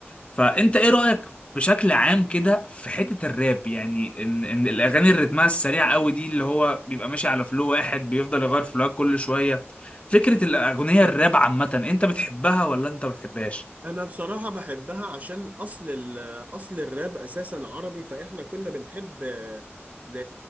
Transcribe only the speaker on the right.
انا بصراحة بحبها عشان اصل ال اصل الراب اساسا عربي فاحنا كنا بنحب ن-